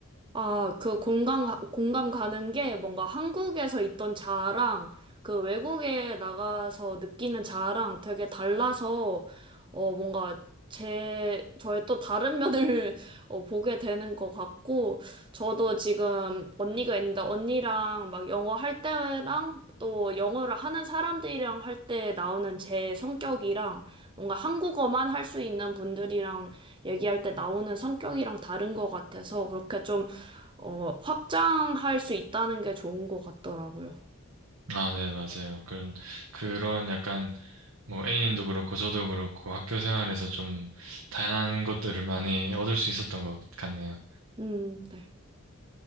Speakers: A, on the right; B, on the right.
A: 아, 그 공감, 가- 공감 가는 게 뭔가 한국에서 있던 자아랑 그 외국에 나가서 느끼는 자아랑 되게 달라서 어, 뭔가 제, 저의 또 다른 면을 <laughs> 어, 보게 되는 것 같고 저도 지금 언니가 있는데 언니랑 막 영어 할 때랑 또 영어를 하는 사람들이랑 할 때 나오는 제 성격이랑 뭔가 한국어만 할 수 있는 분들이랑 얘기할 때 나오는 성격이랑 다른 것 같아서 그렇게 좀 어, 확장할 수 있다는 게 좋은 것 같더라고요.
B: 아, 네, 맞아요. 그런, 그런 약간, 뭐, A님도 그렇고, 저도 그렇고, 학교 생활에서 좀 다양한 것들을 많이 얻을 수 있었던 것 같네요.
A: 음, 네.